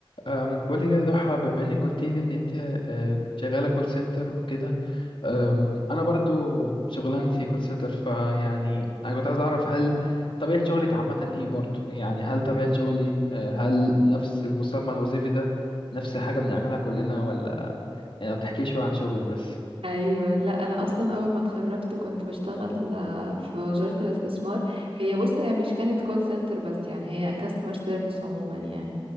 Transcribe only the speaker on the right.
ايوه لا انا اصلا اول ما اتخرجت كنت بشتغل آه، في وزارة الاستثمار هي بص هي مش كانت كول سنتر بس يعني هي كاستمر سيرفيس عموما يعني